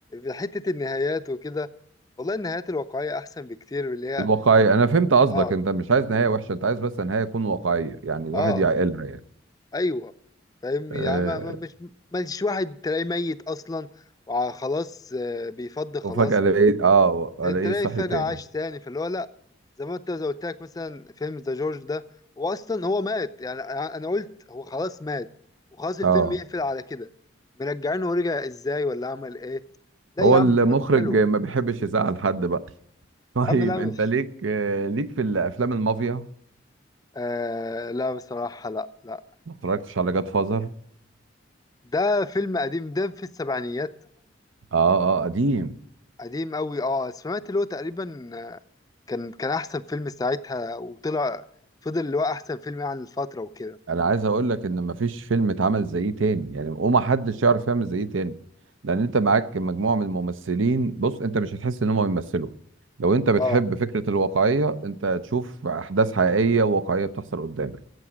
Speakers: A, on the left; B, on the right.
A: حتة النهايات وكده والله النهايات الواقعية احسن بكتير من اللي هي
B: الواقعيه انا فهمت قصدك
A: اه
B: انت مش عايز نهايه وحشه انت عايز بس نهايه تكون واقعيه يعني الواحد
A: اه
B: يعقلها يعني
A: ايوه فاهمني
B: أه
A: يعني ما ما- مش مش واحد تلاقيه ميت اصلا وخلاص بيفض خلاص
B: وفجاه الاقيه اه الاقيه
A: تلاقي
B: صحي
A: فجأة
B: تاني
A: عاش تاني فاللي هو لا زي ما انت زي قلت لك مثلا فيلم ذا جورج ده هو اصلا هو مات يعني انا أنا قلت هو خلاص مات وخلاص الفيلم
B: اه
A: يقفل على كده مرجعينه ورجع ازاي ولا عمل ايه لا
B: هو
A: يا عم
B: المخرج
A: مش حلو
B: ما بيحبش يزعل حد بقى <laughs> طيب
A: يا عم لا
B: انت
A: مش
B: ليك آه، ليك في الافلام المافيا
A: آه لا بصراحة لا لا
B: ما اتفرجتش على جاد فازر
A: ده فيلم قديم ده في السبعينيات
B: اه اه قديم
A: قديم قوي اه سمعت اللي هو تقريبا كان كان احسن فيلم ساعتها وطلع فضل اللي هو احسن فيلم يعني الفتره وكده
B: انا عايز اقول لك ان مفيش فيلم اتعمل زيه تاني يعني وما حدش يعرف يعمل زيه تاني لان انت معاك مجموعه من الممثلين بص انت مش هتحس ان هم بيمثلوا لو انت بتحب
A: اه
B: فكره الواقعيه انت هتشوف احداث حقيقيه وواقعيه بتحصل قدامك